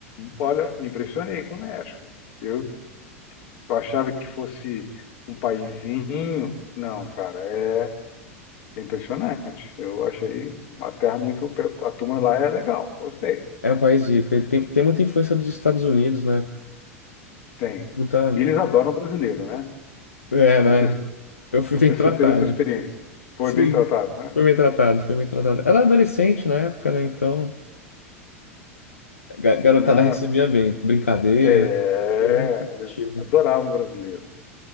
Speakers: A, on the left; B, on the left.
A: Olha, me impressionei com o México. Eu achava que fosse um paizinho, não, cara, é impressionante. Eu achei uma terra muito, a turma lá é legal, gostei.
B: É um país rico. Ele Tem, tem muita influência dos Estados Unidos, né?
A: Tem.
B: Muita.
A: E eles adoram brasileiro, né?
B: É, né?
A: Não sei se,
B: Eu fui
A: não
B: bem
A: sei
B: tratado.
A: se você teve essa experiência. Foi
B: Sim.
A: bem tratado, né?
B: Fui bem tratado, fui bem tratado. Era adolescente na época, né? Então, a ga- garotada
A: Não,
B: recebia bem. Brincadeira,
A: é,
B: tudo receptivo.
A: eles adoravam brasileiro.